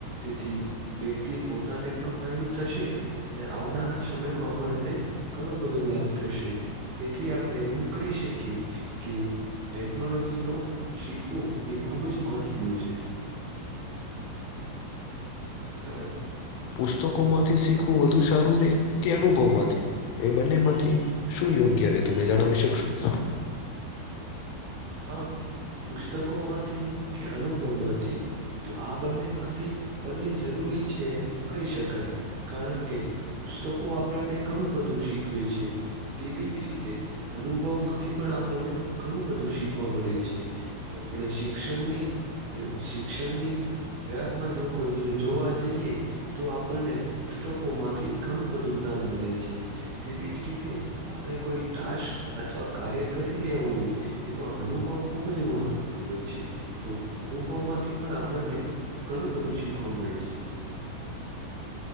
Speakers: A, on the right; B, on the left.
A: તેથી વ્યક્તિ પોતાને પણ ફાયદો થશે અને આવનારા સમયમાં પણ એને ઘણું બધું લાભ થશે. તેથી આપણે એવું કહી શકીએ કે ટેક્નોલોજીનો શીખવું એ ખુબ જ મહત્વનું છે. સરસ પુસ્તકોમાં
B: પુસ્તકો માંથી શીખવું વધુ સારું રે કે
A: અનુભવ
B: અનુભવમાંથી એ બંને માંથી શું યોગ્ય રે તમે જણાવી શકશો.
A: હા પુસ્તકો માંથી કે અનુભવમાંથી તો આ બંને માંથી બંને જરૂરી છે એમ કહી શકાય કારણ કે પુસ્તકો આપણને ઘણું બધું શીખવે છે. તેવી જ રીતે અનુભવ માંથી પણ આપણને ઘણું બધું શીખવા મળે છે. જો આપણે શિક્ષણની શિક્ષણની વ્યાજમાં જો કોઈ જોવા જઈએ તો આપણને પુસ્તકો માંથી ઘણું બધું જ્ઞાન મળે છે તેવી જ રીતે આપણે કોઈ ટાશક અથવા કાર્ય કરી રહ્યા હોઈએ એમાં અનુભવ ખૂબ જ મહત્વનો હોય છે તો અનુભવમાંથી પણ આપણને ઘણું બધું શીખવા મળે છે